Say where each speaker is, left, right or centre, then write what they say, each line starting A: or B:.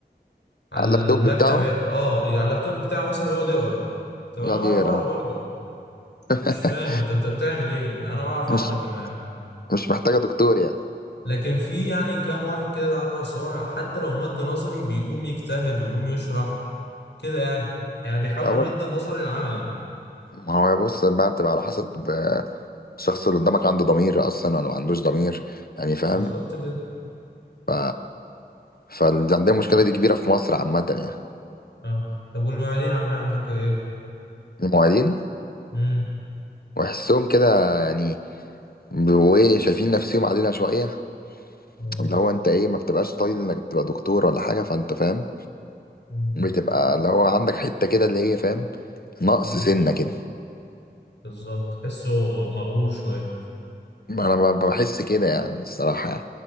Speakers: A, on the left; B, on the left.
A: على
B: على
A: المكتب
B: اللابتوب بتاعه
A: آه على اللابتوب بتاعه مثلا ويقعد يقرأ طب
B: يقعد
A: أنا بعرف
B: يقرا
A: أقرأ برضه
B: <laughs>
A: مش فاهم أنت أنت بتعمل إيه أنا بعرف أقرأ
B: مش
A: أنا كمان
B: مش محتاجة دكتور يعني
A: لكن في يعني كام واحد كده عنده عصبية حتى لو المادة نظري بيقوم يجتهد ويقوم يشرح كده يعني يعني بيحول
B: أول
A: المادة النظري العملي
B: ما هو بص بقى بتبقى على حسب آه، الشخص اللي قدامك عنده ضمير أصلا ولا ما عندوش ضمير يعني فاهم
A: بالظبط كده
B: ف فاللي عندنا المشكلة دي كبيرة في مصر عامة يعني
A: اه طب والمعيدين عاملين عندكم ايه؟
B: المعيدين
A: امم
B: ويحسهم كده يعني ب- وإيه شايفين نفسهم علينا شوية
A: اه
B: اللي هو أنت إيه ما بتبقاش طايل إنك تبقى دكتور ولا حاجة فأنت فاهم
A: مم.
B: بتبقى اللي هو عندك حتة كده اللي هي فاهم نقص
A: مم.
B: سنة كده
A: بالظبط تحسه مغرور شوية
B: ما انا ب- بحس كده يعني الصراحه يعني.